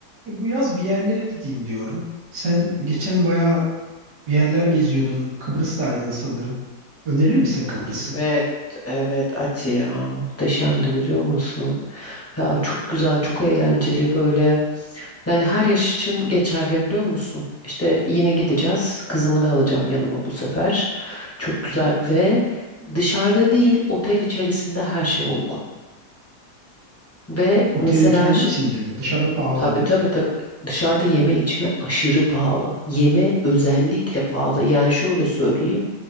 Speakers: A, on the right; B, on the left.
A: E, bu yaz bir yerlere gideyim diyorum. Sen geçen bayağı bir yerler geziyordun. Kıbrıs'taydın sanırım. Önerir misin Kıbrıs'ı?
B: Evet, evet Ati ya muhteşemdi biliyor musun? Ya çok güzel, çok eğlenceli böyle. Yani her yaş için geçerli biliyor musun? İşte yine gideceğiz. Kızımı da alacağım yanıma bu sefer. Çok güzel ve dışarıda değil, otel içerisinde her şey uygun. Ve
A: Otelin
B: mesela
A: kendi
B: şi-
A: içinde mi? Dışarıda pahalı
B: tabii
A: mı?
B: tabii tabii dışarıda yeme içme aşırı pahalı. Yeme özellikle pahalı. Yani şöyle söyleyeyim.